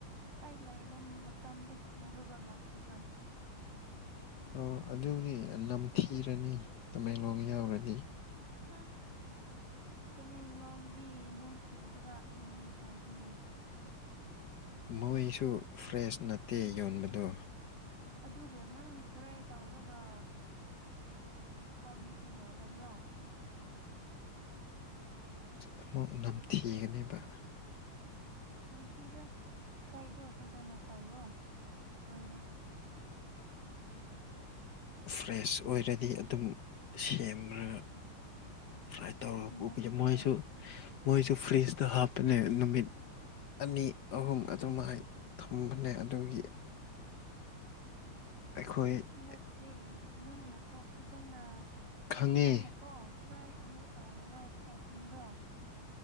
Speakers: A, on the right; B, on the left.
A: ꯑꯩ ꯂꯥꯛꯏꯕ ꯃꯇꯝꯗ ꯄꯨꯔꯒ ꯂꯥꯛ꯭ꯔꯒ
B: ꯑꯣ ꯑꯗꯨꯕꯨꯗꯤ ꯅꯝꯊꯤꯔꯅꯤ ꯇꯃꯦꯡꯂꯣꯡ ꯌꯥꯎꯔꯗꯤ
A: ꯍꯝ ꯇꯃꯦꯡꯂꯣꯡꯗꯤ ꯅꯣꯡ ꯆꯨꯔꯒ ꯏꯪꯏꯤ ꯍꯥꯏꯕꯅꯤ
B: ꯃꯣꯏꯁꯨ ꯐ꯭ꯔꯦꯁ ꯅꯠꯇꯦ ꯌꯣꯟꯕꯗꯣ
A: ꯑꯗꯨꯒ ꯅꯪ ꯐꯔꯥꯏ ꯇꯧꯔꯒ ꯊꯥꯕꯤꯕ ꯌꯥꯗꯕ꯭ꯔꯣ
B: ꯑꯃꯨꯛ ꯅꯝꯊꯤꯒꯅꯦꯕ
A: ꯅꯝꯊꯤꯔꯣꯏ ꯐ꯭ꯔꯥꯏꯗꯣ ꯐꯖꯅ ꯇꯧꯔꯣ ꯂꯣꯏꯔꯦ
B: ꯐ꯭ꯔꯦꯁ ꯑꯣꯏꯔꯗꯤ ꯑꯗꯨꯝ ꯁꯦꯝꯒ ꯐ꯭ꯔꯥꯏ ꯇꯧꯔꯒ
A: ꯅꯠꯇꯦ
B: ꯎꯄꯁꯦ ꯃꯣꯏꯁꯨ ꯃꯣꯏꯁꯨ ꯐ꯭ꯔꯤꯖꯇ ꯍꯥꯞꯄꯅꯦ ꯅꯨꯃꯤꯠ ꯑꯅꯤ ꯑꯍꯨꯝ ꯑꯗꯨꯃꯥꯏꯅ ꯊꯝꯕꯅꯦ ꯑꯗꯨꯒꯤ ꯑꯩꯈꯣꯏꯅ
A: ꯅꯠꯇꯦ ꯅꯪꯅꯀꯣ ꯐꯖ ꯆꯅ
B: ꯈꯪꯉꯦ
A: ꯐꯖꯅ ꯀꯣ ꯐ꯭ꯔꯥꯏ ꯑꯃꯨꯛ ꯇꯧꯔꯒ ꯄꯦꯛ ꯄꯦꯛꯀꯤꯡꯗꯣ